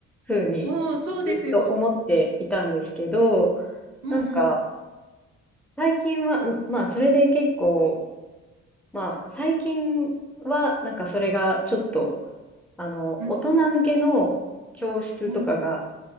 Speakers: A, in the centre; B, on the right (about 60°).
A: 風に、
B: うん。おー、そうですよ。
A: ずっと思っていたんですけど、
B: うんうん
A: なんか、最近は、うんまあ、それで結構、まあ、最近は、なんかそれがちょっと、あの、
B: うん。
A: 大人向けの教室とかが、
B: うん。